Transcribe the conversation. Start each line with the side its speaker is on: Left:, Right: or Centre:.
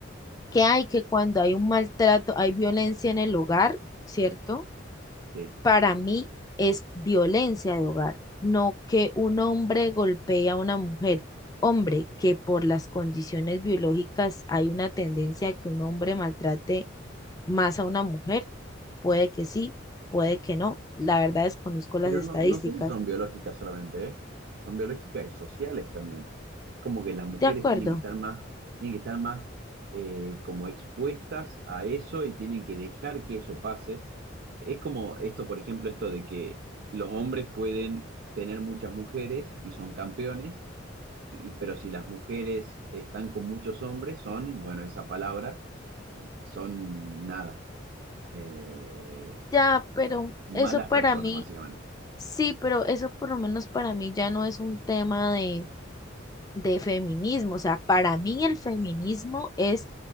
Left: que hay que cuando hay un maltrato, hay violencia en el hogar, ¿cierto?
Right: sí,
Left: Para mí es violencia de hogar, no que un
Right: sí.
Left: hombre golpee a una mujer. Hombre, que por las condiciones biológicas hay una tendencia a que un hombre maltrate más a una mujer, puede que sí, puede que no. La verdad desconozco las
Right: Pero
Left: estadísticas.
Right: no, no sé si son biológicas solamente, ¿eh? O sea, son biológicas y sociales también. Es como que las mujeres
Left: De acuerdo,
Right: tienen que estar más, tienen que estar más eh, como expuestas a eso y tienen que dejar que eso pase. Es como esto, por ejemplo, esto de que los hombres pueden tener muchas mujeres y son campeones, y- pero si las mujeres están con muchos hombres, son, bueno, esa palabra, son nada, eh,
Left: ya, pero
Right: malas
Left: eso para
Right: personas,
Left: mí,
Right: básicamente.
Left: sí, pero eso por lo menos para mí ya no es un tema de de feminismo. O sea, para mí el feminismo es